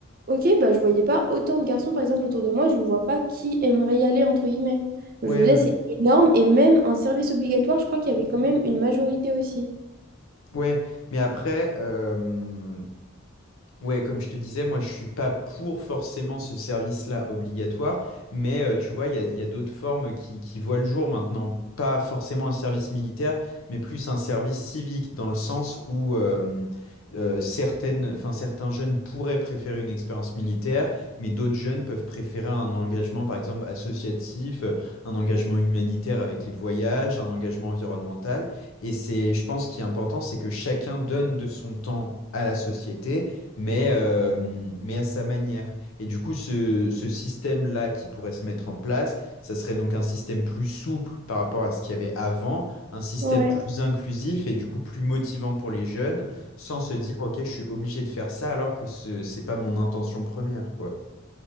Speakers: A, on the right; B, on the left.
A: ok, bah je voyais pas autant de garçons par exemple autour de moi, je ne vois pas qui aimerait y aller entre guillemets. Donc
B: Ouais,
A: je me disais,
B: ouais.
A: c'est énorme, et même un service obligatoire, je crois qu'il y avait quand même une majorité aussi.
B: Ouais, mais après, euh, Ouais, comme je te disais, moi je suis pas pour forcément ce service-là obligatoire, mais euh, tu vois, il y a, il y a d'autres formes qui, qui voient le jour maintenant. Pas forcément un service militaire, mais plus un service civique, dans le sens où euh, euh, certaines, enfin, certains jeunes pourraient préférer une expérience militaire, mais d'autres jeunes peuvent préférer un engagement, par exemple, associatif, euh, un engagement humanitaire avec les voyages, un engagement environnemental. Et c'est, je pense, ce qui est important, c'est que chacun donne de son temps à la société mais, euh, mais à sa manière. Et du coup, ce, ce système-là qui pourrait se mettre en place, ça serait donc un système plus souple par rapport à ce qu'il y avait avant, un système
A: Ouais.
B: plus inclusif et du coup plus motivant pour les jeunes, sans se dire, OK, je suis obligé de faire ça alors que ce, c'est pas mon intention première, quoi.